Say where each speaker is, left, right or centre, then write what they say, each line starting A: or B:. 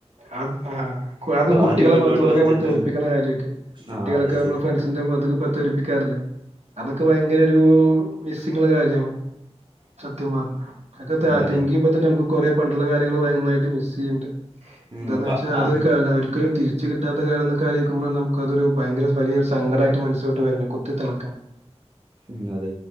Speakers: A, on the right; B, on the right.
A: അ ആ് അതും കുട്ടികളെ
B: ആര് വീട്ടിലോട്ട്
A: മുഖത്തടെൊക്കെ
B: ഫസ്റ്റ്
A: നമ്മ
B: എത്തും
A: തെറിപ്പിക്കണ കാര്യൊക്കെ കുട്ടികളൊക്കെ
B: ആഹ് എത്തി
A: നമ്മ ഫ്രണ്ട്സിന്റെ മുഖ തെറപ്പിക്കാറില്ലേ അതൊക്കെ ഭയങ്കര ഒരു മിസ്സിംഗ ഉള്ള കാര്യാണ് സത്യം പറഞ്ഞത് അക്കത്തെ ആ
B: അതെ
A: തതിങ്ങിയുമ്പോ തന്ന നുക്ക് കുറെ പണ്ടുള്ള കാര്യങ്ങള് ഭയമായിട്ട് മിസ് ചെയ്യണ്ട്
B: ഉം
A: എന്താന്ന്
B: അപ്പൊ
A: വച്ചാ അതൊരു
B: ആഹ്
A: കാലാ ഒര് ക്കലും തിരിച്ചു കിട്ടാത്ത കാലം എന്നൊക്കെ ആലോചിക്കുമ്പോ നമുക്കതൊരു ഭയങ്കര വലിയ ഒരു സങ്കടായിട്ട് മനസ്സിലോട്ട് വര്നത് കുത്തി ത ളക്ണ്
B: ഉം അതെ